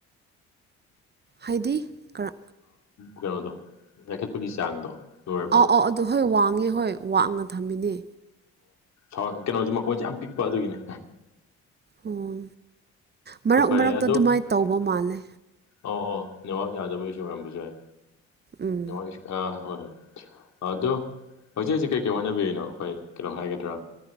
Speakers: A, on the right (about 30°); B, on the left (about 55°).
A: ꯍꯥꯏꯗꯤ ꯀꯔ
B: ꯀꯩꯅꯣꯗꯣ ꯄꯈꯠꯄꯒꯤ ꯆꯥꯡꯗꯣ ꯂꯣꯏꯔꯕꯕ
A: ꯑꯥꯎ ꯑꯥꯎ ꯑꯗꯨ ꯍꯣꯏ ꯋꯥꯡꯉꯦ ꯍꯣꯏ ꯋꯥꯡꯅ ꯊꯝꯃꯤꯅꯦ
B: ꯑꯣ ꯀꯩꯅꯣꯁꯦ ꯃꯈꯣꯟꯁꯦ ꯌꯥꯝ ꯄꯤꯛꯄ ꯑꯗꯨꯒꯤꯅꯦ
A: ꯑꯣ ꯃꯔꯛ
B: ꯍꯣꯏ ꯐꯔꯦ
A: ꯃꯔꯛꯇ
B: ꯑꯗꯣ
A: ꯑꯗꯨꯃꯥꯏꯅ ꯇꯧꯕ ꯃꯥꯜꯂꯦ
B: ꯑꯣ ꯑꯣ ꯅꯦꯋꯥꯛ ꯌꯥꯗꯕꯩꯁꯨ ꯑꯣꯏꯔꯝꯕ ꯌꯥꯢ
A: ꯎꯝ
B: ꯅꯦꯋꯥꯛ ꯏꯁꯨ ꯑꯥꯣꯏ ꯍꯣꯏ ꯍꯣꯏ ꯑꯗꯣ ꯍꯧꯖꯤꯛ ꯍꯧꯖꯤꯛ ꯀꯩ ꯀꯩ ꯍꯣꯠꯅꯕꯤꯔꯤꯅꯣ ꯑꯩꯈꯣꯏ ꯀꯩꯅꯣ ꯍꯥꯏꯒꯗ꯭ꯔꯥ